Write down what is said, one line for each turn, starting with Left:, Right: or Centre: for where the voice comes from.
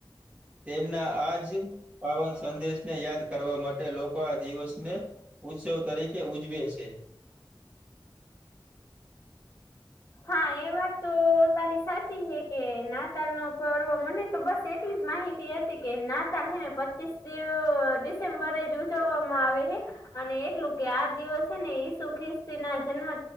Right: તેમના આજ પાવન સંદેશને યાદ કરવા માટે લોકો આ દિવસને ઉત્સવ તરીકે ઉજવે છે.
Left: હા એ મ તારી સાચી હ કે નાતાલ નો પર્વ મને તો બસ એટલી જ માહિતી હતી કે નાતાલ હેને પચીસ ડિસેમ્બરે જ ઉજવવામાં આવે છે. અને એટલું કે આ દિવસ છે ને ઈસુ ખ્રિસ્તી ના જન્મ